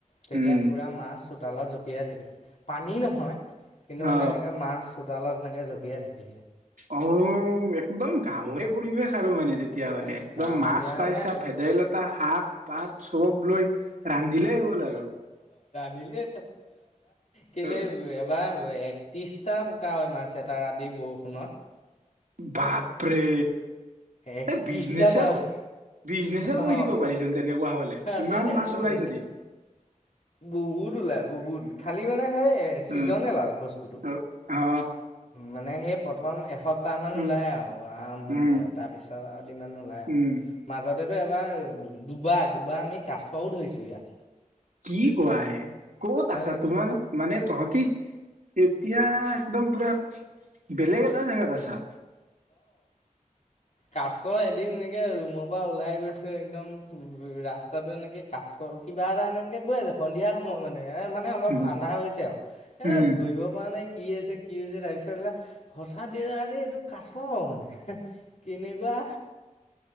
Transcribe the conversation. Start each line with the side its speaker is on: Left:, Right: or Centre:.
Left: তেতিয়া
Right: উম
Left: পুৰা মাছ চোতালত জপিয়াই থাকে পানী নহয়। কিন্তু মানে
Right: অ
Left: এনেকৈ মাছ চোতালত এনেকে জঁপিয়াই থাকি।
Right: অ একদম গাঁৱৰে পৰিৱেশ আৰু মানে। তেতিয়া
Left: এ
Right: হলে একদম
Left: গাঁৱলীয়া
Right: মাছ
Left: মানে
Right: পাইছা ভেদাইলতা শাক পাত চব লৈ ৰান্ধিলেই হ'ল আৰু।
Left: নিলে কেলে
Right: অ
Left: এবাৰ একত্ৰিছ টা মাছ এটা ৰাতি বৰষুণত।
Right: বাপৰে।
Left: একত্ৰিশটা
Right: এ বিজনেছে
Left: কাৱৈ
Right: বিজনেছে
Left: অ
Right: কৰি দিব পাৰিচোন তেনেকুৱা হলে
Left: আৰে
Right: ইমান মাছ
Left: বৰ
Right: ওলাই
Left: বেলেগ
Right: যদি।
Left: বহুত ওলাই বহুত খালি মানে সেই, এই ছিজনেল
Right: উম
Left: আৰু বস্তুটো।
Right: অ
Left: মানে সেই প্ৰথম এশক সটামান
Right: উম
Left: ওলায় আৰু আৰম্ভণিতে
Right: উম
Left: আৰু তাৰপিছত ইমান নোলায় আৰু
Right: উম
Left: মাজত ত এবাৰ দুবাৰ দুবাৰ আমি কাছও ধৰিছো ইয়াত।
Right: কি কোৱা হে। কত আছা
Left: আৰে
Right: তোমাৰ মানে তহঁতি এতিয়া একদম পুৰা বেলেগ এটা জেগাত আছা।
Left: কাছৰ এদিন নেকে ৰুমত পৰা ওলাই গৈছো একদম ৰাস্তাতটো এনেকে কাছ কিবা এটা এনেকে গৈ আছে সন্ধিয়া সময় মানে। এ মানে অলপ
Right: উম
Left: আন্ধাৰ হৈছে আৰু এ
Right: উম
Left: ধৰিব পৰা নাই কি কি হৈছে তাৰ পিছত হঠাৎ এইটো কাচ মানে কেনেকুৱা?